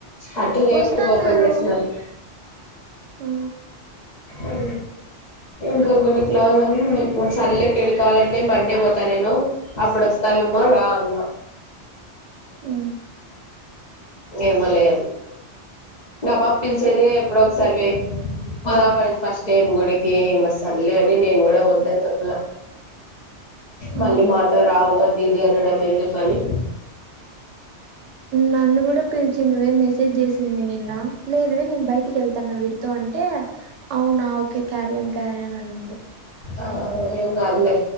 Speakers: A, on the left; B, on the right.
A: అటు లేేట్
B: వస్తన్నారు
A: గా ఓపెన్ చేసినారు
B: ఆ
A: అ ఇంకా గుడి క్లోజ్ అనీ నీకు సర్లే తడి కావాలంటే మండే పోతా నేను అప్పుడస్తవెమో రా అన్న
B: మ్
A: ఏమలే ఆ పాప పిలిచేది ఎప్పుడో ఒకసారివే పొదమనింది ఫస్ట్ టైమ్ గుడికి ఇంకా సర్లే అని నేను కూడా వద్దని చెప్పలే
B: ఆ
A: మళ్ళీ మాతో రావు ఆదీది అనడం ఎందుకు అని
B: నన్ను కూడా పిలిచిందివే మెసేజ్ చేసి చింది నిన్న లేదువే నేను బయటికి వెళ్తాన్నా విడితో అంటే అవునా ఓకే క్యారియన్ క్యారియర్ అనింది
A: ఆ ఏం కాదులే